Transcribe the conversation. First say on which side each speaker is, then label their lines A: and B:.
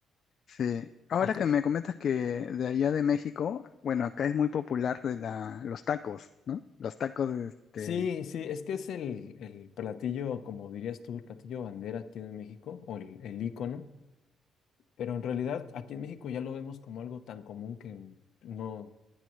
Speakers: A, on the left; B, on the left.
A: Sí. Ahora
B: Ah, que-
A: que me comentas que de allá de México, bueno, acá es muy popular de la, los tacos, ¿no? Los tacos, este,
B: Sí, sí, es que es el, el platillo, como dirías tú, el platillo bandera aquí en México, o el, el ícono, pero en realidad aquí en México ya lo vemos como algo tan común que no.